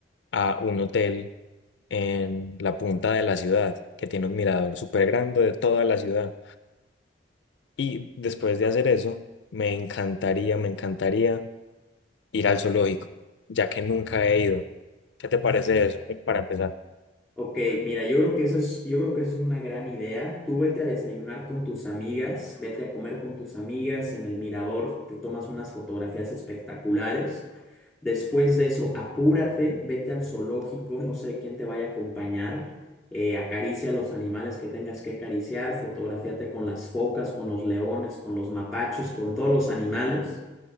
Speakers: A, on the left; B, in the centre.
A: a un hotel en la punta de la ciudad, que tiene un mirador súper grande de toda la ciudad. Y después de hacer eso, me encantaría, me encantaría ir al zoológico, ya que nunca he ido. ¿Qué te parece eso eh, para empezar?
B: Ok, mira, yo creo que eso es, yo creo que eso es una gran idea. Tú vete a desayunar con tus amigas, vete a comer con tus amigas en el mirador, te tomas unas fotografías espectaculares. Después de eso, apúrate, vete al zoológico, no sé quién te vaya a acompañar, eh, acaricia a los animales que tengas que acariciar, fotografíate con las focas, con los leones, con los mapaches, con todos los animales.